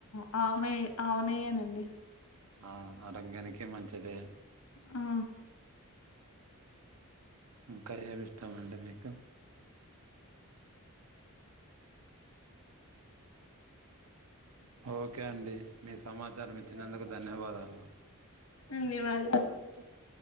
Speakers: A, on the left (about 80°); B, on the right (about 80°).
A: అ ఆవునేయి ఆవునేయి నండి
B: ఆ ఆరోగ్యానికి మంచిదే
A: ఆ
B: ఇంకా ఏం ఇష్టం అండి మీకు ఓకే అండి మీ సమాచారం ఇచ్చినందుకు ధన్యవాదాలు
A: ధన్యవాదాలు
B: ధన్యవాద <inaudible>